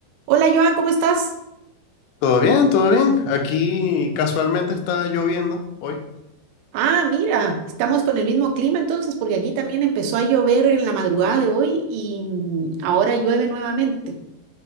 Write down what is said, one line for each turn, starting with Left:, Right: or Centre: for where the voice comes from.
Right: Hola Joan, ¿cómo estás?
Left: Todo bien, todo bien. Aquí casualmente está lloviendo hoy.
Right: Ah, mira, estamos con el mismo clima entonces, porque aquí también empezó a llover en la madrugada de hoy y mm, ahora llueve nuevamente.